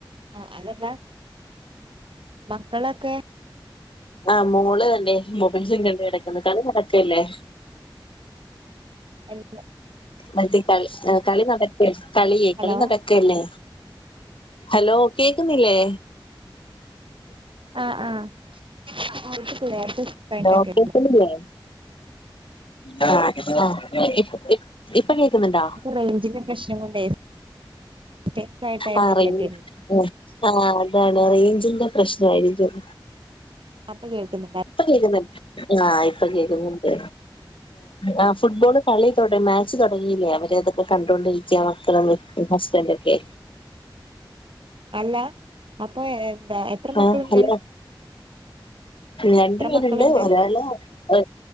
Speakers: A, on the right; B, on the left.
A: ആഹ് അതല്ല മക്കളൊക്കെ,
B: ആഹ് മോള് ഇണ്ടേ മൊബൈലും കണ്ട് കിടക്ക്ന്ന് കളി നടക്കല്ലേ.
A: എല്ലാ
B: മറ്റേ കളി ഹേ കളി നടക്ക കളിയെ
A: ഹലോ
B: കളി നട.. ക്കല്ലേ ഹലോ കേക്കുന്നില്ലേ?
A: ആഹ് ആഹ് അപ്പൊ ഇക്കി പ്പം ല്യേ ലേശം കഴിട്ടൊക്കെ..
B: ഹലോ കേക്കുന്നില്ലേ ആഹ് ആഹ് ഇപ് ഇപ് ഇപ്പൊ കേക്ക്ന്ന്ണ്ടോ?
A: റേയിഞ്ച്ന്റെ പ്രശ്നം കൊണ്ടേ, സ്റ്റെക്ക് ആയിട്ടായിരുന്നു
B: ആഹ് റെയ്
A: കേട്ടിരുന്നത്
B: ആഹ് ആഹ് അതാണ് റേഞ്ചിന്റെ പ്രശ്നയിരിക്കും
A: അ പ്പൊ കേൾക്കുന്ന് ണ്ടായി
B: ഇപ്പൊ കേക്കുന്നുണ്ട് ആഹ് ഇപ്പൊ കേക്കുന്ന്ൻട്. ആഹ് ഫുട്ബോള് കളി തൊട മാ ച്ച് തുടങ്ങീലേ. അവര് അതൊക്കെ കണ്ടൊണ്ടിരിക്ക മക്കള ഹസ്ബൻന്റൊക്കെ
A: അല്ല അപ്പൊ എ എന്താ എത്ര മക്കളുണ്ട്
B: ആഹ് ഹലോ രണ്ട
A: എത്ര
B: പേരുണ്ട്.
A: മക്കളുണ്ട്
B: ഒരാള് അ